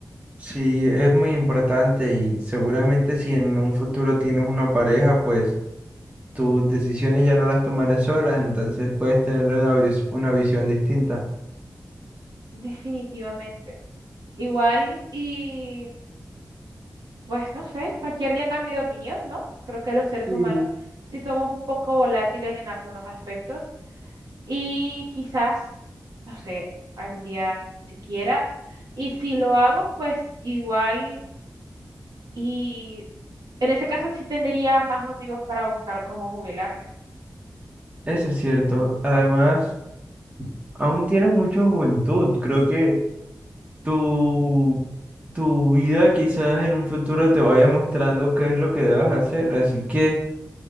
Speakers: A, on the right; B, on the right.
A: sí, es muy importante y seguramente si en un futuro tienes una pareja, pues tus decisiones ya no las tomarás solas, entonces puedes tener una, vis- una visión distinta.
B: Definitivamente. Igual y pues no sé, cualquier día cambio de opinión, ¿no? Creo que los seres
A: Mm.
B: humanos sí somos un poco volátiles en algunos aspectos Y quizás, no sé, algún día siquiera. Y si lo hago, pues igual, y en ese caso sí tendría más motivos para buscar cómo jubilarme.
A: Eso es cierto. Además... Aún tienes mucha juventud. Creo que tu, tu vida quizás en un futuro te vaya mostrando qué es lo que debas hacer. Así que